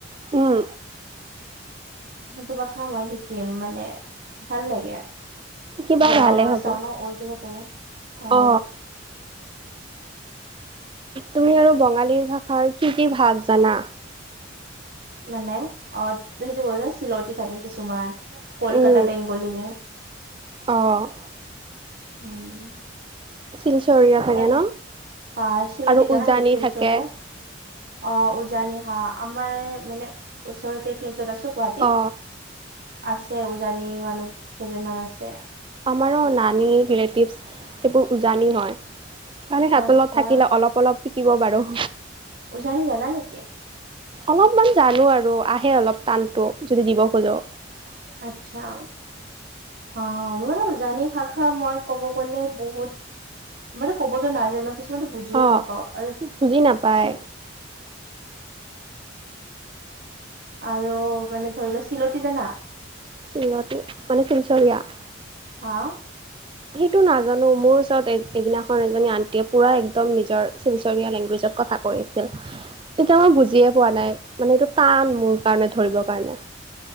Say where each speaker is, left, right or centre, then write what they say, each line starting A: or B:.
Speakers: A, on the right (about 25°); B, on the right (about 50°).
A: উম।
B: সেইটো ভাষা মই শিকিম মানে, ভাল লাগে।
A: কিবা
B: ড্ৰামাবোৰ
A: ভালে হ'ব
B: চাওঁ ন' উৰ্দু‌ <unintelligible>
A: অ তুমি আৰু বঙালী ভাষাৰ কি, কি ভাগ জানা?
B: মানে অ', সেইটো চিলতি থাকে কিছুমান কলকাতা
A: উম
B: বেংগলী।
A: অ'
B: উম।
A: শিলচৰীয়া থাকে
B: <unintelligible>
A: ন
B: অ', চিলটি
A: আৰু
B: জানা
A: উজানি
B: নেকি চিলচোৰিয়া?
A: থাকে
B: অ', উজানি হা, আমাৰ মানে ওচৰতে এইখিনি য'ত আছোঁ গুৱাহাটী।
A: অ
B: আছে, উজানি মানুহ কেইজনমান আছে।
A: আমাৰো নানী ৰিলেটিভছ সেইবোৰ উজানি হয়, কাৰণে
B: অ
A: সিহঁতৰ
B: আচ্ছা
A: লগত থাকিলে অলপ অলপ শিকিব পাৰোঁ।
B: উজানি জানা নেকি?
A: অলপমান জানোঁ আৰু, আহে অলপ টানটো যদি দিব খোজোঁ।
B: আচছা, অ', মোৰ উজানি ভাষা মই ক'ব গ'লে বহুত মানে ক'বতো নাজানোঁ, কিছুমানো বুজিও
A: অ
B: নাপাওঁ আৰু
A: বুজি নাপায়
B: আৰু মানে ধৰি লোৱা চিলতি জানা?
A: চিলতি মানে চিলচৰীয়া?
B: হা
A: সেইটো নাজানোঁ, মোৰ ওচৰত এক-এদিনাখন এজনী আন্টিয়ে পুৰা একদম নিজৰ শিলচৰীয়া লেংগুৱেজত কথা কই তেতিয়া মই বুজিয়ে পোৱা নাই, মানে এইটো টান মোৰ কাৰণে ধৰিবৰ কাৰণে